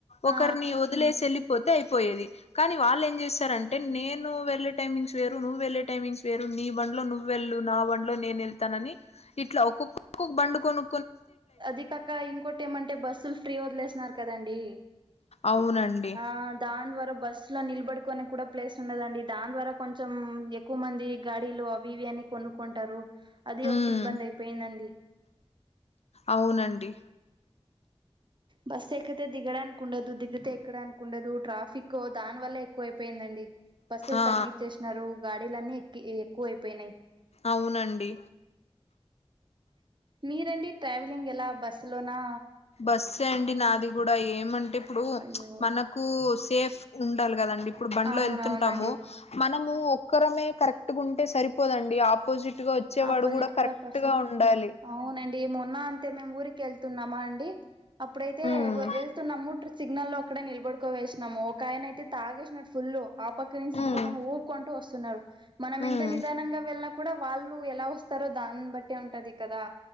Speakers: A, on the left; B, on the right.
A: ఒకరిని
B: ఆ
A: వదిలేసి వెళ్ళలిపోతు అతే అయిపోయేది కానీ వాళ్ళు ఏం చేశారంటే నేను వెళ్ళే టైమింగ్స్ వేరు నువ్వు వెళ్ళే టైమింగ్స్ వేరు నీ బండిలో నువ్వు వెళ్ళు నా బండిలో నేను వెళ్తానని ఇట్లా ఒక్కొక్కక్కొ బండుకను
B: అది కాక ఇంకోటి ఏమంటే బస్సులు ఫ్రీ వదిలేసన్నారు కదండి
A: అవునండి
B: ఆ దాని ద్వారా బస్సులో నిలబడుకునే కూడా ప్లేస్ ఉన్నదండి దాని ద్వారా కొంచెం ఎక్కువ మంది గాడీలు అవి ఇవి అని కొనుక్కుంటారు అది ఒకటి
A: ఉమ్
B: ఇబ్బంది అయిపోయిందండి
A: అవునండి
B: బస్సు ఎక్కతే దిగడానికి ఉండదు దిగితే ఎక్కడానికి ఉండదు ట్రాఫిక్ దాని వల్ల ఎక్కువ అయిపోయిందండి బస్సులు
A: ఆ
B: తగ్గచ్చేసినారు గాడీలన్నీ ఎక్కి ఎక్కువ అయిపోయినాయి
A: అవునండి
B: మీరండి ట్రావెలింగ్ ఎలా బస్సు లోనా
A: బస్ ఏం అండి నాది కూడా ఏమంటే ఇప్పుడు
B: అయ్యో
A: మనకు సేఫ్ ఉండాలి కదండి ఇప్పుడు బండ్లో
B: అవునవునండి
A: వెళ్తుంటాము మనం ఒక్కరమే కరెక్ట్ ఉంటే సరిపోదండి ఆపోజిట్ ట్గా వచ్చేవాడు
B: ఆపోజిట్
A: కూడా కరెక్ట్గా
B: పర్సన్
A: ఉండాలి
B: అవునండి మొన్న అంత మేమ్ ఊరికెళ్త్ న్నామా అండి అప్పుడైతే
A: ఉమ్
B: వెళ్తున్నాము సిగ్నల్ అక్కడ నిలబడికో వేనన్నాము ఆయన అయితే తాగేసినడు ఫుల్ ఆ పక్క నుంచి ఇప్పకున
A: ఉమ్
B: ఊకుంటూ వస్తున్నారు మనం ఎంత
A: ఉమ్
B: నిదానంగా వెళ్ళిన కూడా వాళ్ళు ఎలా వస్తారో దాన్ని బట్టే ఉంటది కదా